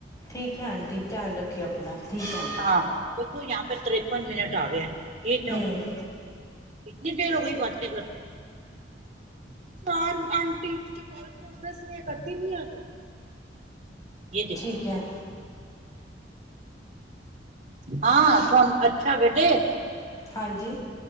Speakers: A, on the left; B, on the right.
A: ਠੀਕ ਹੈ ਆਂਟੀ, ਧਿਆਨ ਰੱਖਿਓ ਆਪਣਾ। ਠੀਕ ਹੈ ਆਂਟੀ
B: ਹਾਂ ਤੂੰ, ਜਹਾ ਪੇ ਤ੍ਰਰੇਪਨ ਮਿੰਟ ਹਟਾ ਦੇ, ਜੇ ਕਿਉਂ?
A: ਹੂੰ
B: ਏਤਨੀ ਦੇਰ ਹੋ, ਗਈ ਬਾਤ ਕਰਤੇ। ਚਾਰ ਕ ਪ੍ਰੋਗਸ ਨੇ ਕੱਢ ਨੀ ਆਦੀ। <inaudible> ਇਹ
A: ਠੀਕ ਹੈ।
B: ਹ। <unintelligible> ਹਾਂ, ਸੁਣ, ਅੱਛਾ ਬੇਟੇ।
A: ਹਾਂਜੀ।